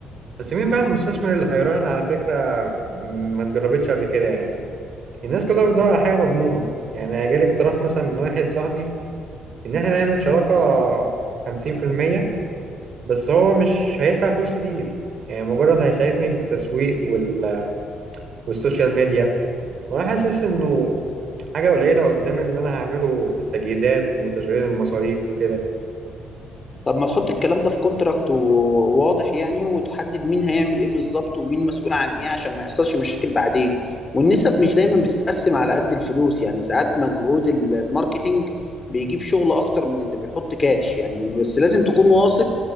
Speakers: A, on the right (about 60°); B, on the left (about 30°).
A: بس مين بقى المستثمر اللي هيراهن على فكرة م، ما اتجربتش قبل كده يعني الناس كلها بتدور على حاجة مضمونة يعني جالي اقتراح مثلا من واحد صاحبي إن إحنا نعمل شراكة خمسين في المية بس هو مش هيدفع فلوس كتير يعني مجرد هيساعدني بالتسويق وال... والسوشيال ميديا وانا حاسس انه حاجه قليله قدام اللي انا هعمله في التجهيزات وتشغيل المصاريف وكده
B: طب ما تحط الكلام ده في كونتراكت وواضح يعني وتحدد مين هيعمل ايه بالظبط ومين مسؤول عن ايه عشان ما يحصلش مشاكل بعدين والنسب مش دايما بتتقسم على قد الفلوس يعني ساعات مجهود ال- الماركتينج بيجيب شغل اكتر من اللي بيحط كاش يعني بس لازم تكون واثق